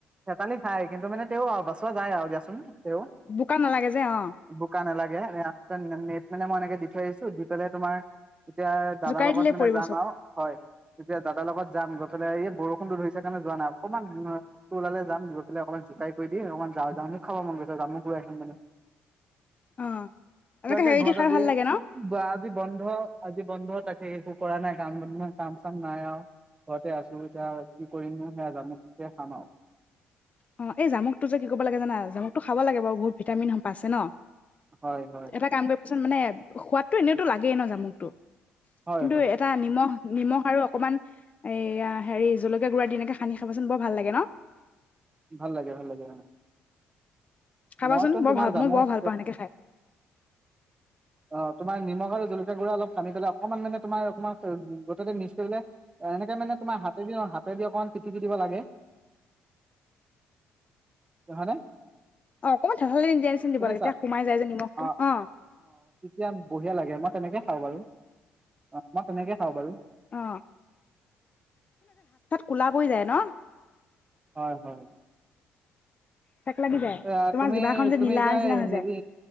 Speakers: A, on the right; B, on the left.
A: থেতালি খাই কিন্তু মানে তে আৰু বাচোৱা যায় আৰু দিয়াচোন তে
B: বোকা নালাগে যে অ
A: বোকা নালাগে মই এনেকে দি থৈ আহছো দি পেলাই তোমাৰ তেতিয়া দাদাৰ
B: জোকাৰি
A: লগত
B: দিলে
A: মানে
B: পৰিব
A: যাম
B: চব
A: আৰু হয় তেতিয়া দাদাৰ লগত যাম গৈ পেলাই এই বৰষুণ দ ধৰি কাৰণে যোৱা নাই অকমান ওলালে যাম দি পেলাই অকণমান জোকাই কৰি দি অকমান যাওঁ যা ম খাব মন গৈছে যাম ম ঘূৰা আহম মানে
B: অ
A: তাকে
B: হেৰি
A: ঘৰত
B: দি খাই
A: আজি
B: ভাল লাগে ন
A: আজি বন্ধ আজি বন্ধ তাকে একো কৰা নাই কাম কাম চাম নাই আৰু ঘৰতে আছো এতিয়া কি কৰিম নু, সেয়া <unintelligible> খাম আৰু।
B: অঁ এই জামুকটো যে কি কৰিবব লাগে জানা, জামুকতটো খাব লাগে বাৰু বহুত ভিটামিন প আছে ন।
A: হয় হয়
B: এটা কাম কৰিবাচোন মানে, সোৱাদটো এনে টো লাগেই ন জামুকটো।
A: হয়
B: কিন্তু
A: হয়
B: এটা নিমখ নিমখ আৰু অকমান এইয়া হেৰি জলকীয়া গুড়া দি এনেকে সানি খাবাচোন বৰ ভাল লাগে ন।
A: ভাল লাগে ভাল লাগে অ।
B: খাবাচোন
A: মইতো
B: বৰ
A: তোমাৰ
B: ভাল
A: জামুক
B: মই বৰ ভাল পাওঁ এনেকে খাই। <inaudible>
A: অঁ তোমাৰ নিমখ আৰু জলকীয়া গুড়া অলপ সানি পেলাই অকমান মানে তোমাৰ অকমান গোটটো মিক্স কৰি পেলাই এনেকে মানে তোমাৰ হাতেদি-হাতেদি অকমান পিটিকি দিব লাগে, হয়নে।
B: অঁ, অকণমান <unintelligible> দিয়া নিচিনাকে দিব
A: শুনিছা
B: লাগে, তেতিয়া সোমাই যায় যে নিমখটো
A: অ অ
B: অঁ।
A: অ তেতিয়া লাগে মই তেনেকে খাওঁ বাৰু, অঁ, মই তেনেকে খাওঁ বাৰু।
B: অ কুলা পৰি যায় ন।
A: হয়-হয়।
B: চেক লাগি যায়
A: অঁ,
B: তোমাৰ
A: তুমি-তুমি
B: জিভাখন নীলা
A: যে
B: নিচিনা হৈ
A: হেৰি,
B: যায়